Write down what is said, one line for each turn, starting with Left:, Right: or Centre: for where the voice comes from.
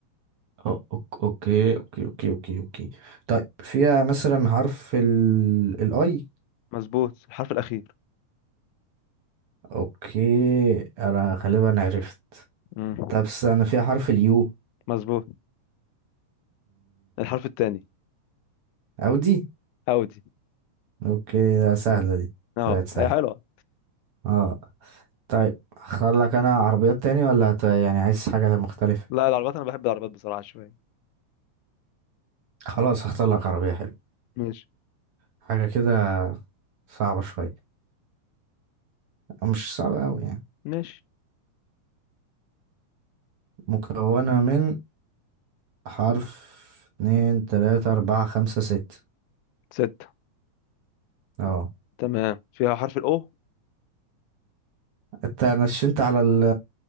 Right: أو- أوك- اوكي اوكي اوكي اوكي اوكي طيب فيها مثلا حرف ال الاي
Left: مظبوط الحرف الاخير
Right: اوكي انا غالبا عرفت
Left: امم
Right: طب انا فيها حرف اليو
Left: مظبوط الحرف الثاني
Right: او دي
Left: اودي
Right: اوكي ده
Left: مظبوط
Right: سهلة دي
Left: اه
Right: طلعت سهلة
Left: هي حلوه
Right: اه طيب اختار لك انا عربيات تاني ولا هت- يعني عايز حاجة مختلفة
Left: لا العربيات انا بحب العربيات بصراحه شويه
Right: خلاص هختار لك عربية حلوة
Left: ماشي
Right: حاجة كده صعبة شوية مش صعبة اوي يعني
Left: ماشي
Right: مكونة من حرف اتنين تلاتة اربعة خمسة ستة
Left: ستة
Right: اه
Left: تمام فيها حرف الاو
Right: انت نشنت على ال